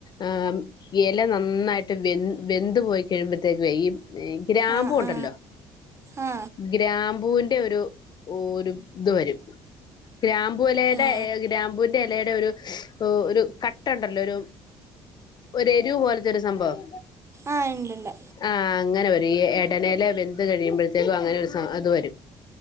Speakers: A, on the left; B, on the right.
A: ആഹ് യെല നന്നായിട്ട് വെൻ വെന്ത് പോയി കഴിയുമ്പഴത്തേക്ക്വയ് ഈ ഈ ഗ്രാമ്പു
B: ആ
A: ഉണ്ടല്ലോ.
B: ആ ആ
A: ഗ്രാമ്പൂന്റെ ഒര് ഓരു ത് വരും ഗ്രാമ്പു എലയടെ
B: ആ
A: ഗ്രാമ്പുവിന്റെ എലയടെ ഒരു ഒരു കട്ടണ്ടല്ലോ ഒരു ഒരെരു പോൽത്തൊരു സംഭവം.
B: ആഹ് ഇണ്ട്ണ്ട്
A: ആഹ് അങ്ങനെ വരും. ഈ എടനയില വെന്ത് കഴിയുമ്പഴത്തേക്കും അങ്ങനെ ഒരു സ അത് വരും